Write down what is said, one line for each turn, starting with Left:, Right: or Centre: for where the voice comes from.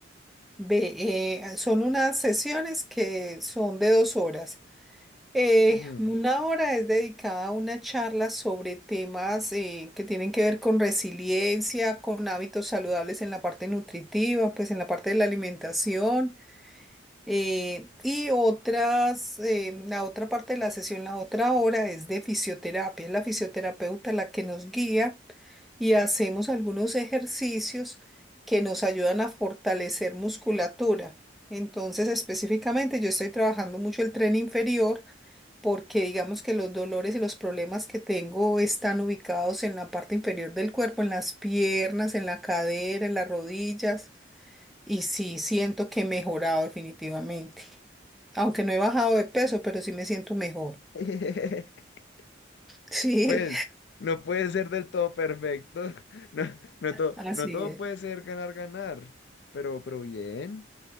Centre: Ve, eh, son unas sesiones que son de dos horas. Eh,
Left: Ujú.
Centre: una hora es dedicada a una charla sobre temas eh, que tienen que ver con resiliencia, con hábitos saludables en la parte nutritiva, pues en la parte de la alimentación. eh, y otras, eh, la otra parte de la sesión, la otra hora es de fisioterapia. Es la fisioterapeuta la que nos guía y hacemos algunos ejercicios que nos ayudan a fortalecer musculatura. Entonces, específicamente, yo estoy trabajando mucho el tren inferior porque digamos que los dolores y los problemas que tengo están ubicados en la parte inferior del cuerpo, en las piernas, en la cadera, en las rodillas. Y sí, siento que he mejorado definitivamente. Aunque no he bajado de peso, pero sí me siento mejor.
Left: <laughs>
Centre: Sí,
Left: Pues, no puede ser del todo perfecto. <laughs> No, no
Centre: <laughs>
Left: todo,
Centre: así
Left: no todo
Centre: es.
Left: puede ser ganar, ganar. Pero, pero bien.